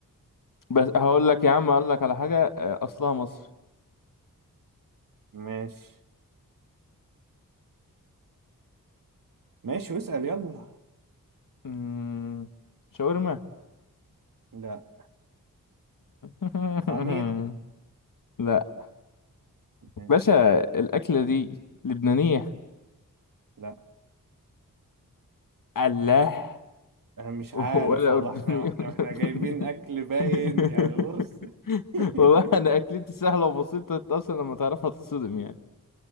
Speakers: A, on the left; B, on the right.
A: بس هقول لك يا عم هقول لك على حاجة آه، أصلها مصري
B: ماشي ماشي واسأل يلا
A: أمم، شاورما
B: لا
A: <laughs>
B: طعمية
A: لا
B: ماشي
A: باشا الأكلة دي لبنانية
B: لا
A: فلاح
B: انا مش
A: <laughs>
B: عارف
A: ولا
B: والله
A: أردني
B: احنا <laughs> احنا
A: ولا
B: احنا
A: لبناني
B: جايبين اكل باين
A: <laughs>
B: يعني بص <laughs>
A: والله أنا أكلتي سهلة وبسيطة أنت أصلا لما تعرفها تتصدم يعني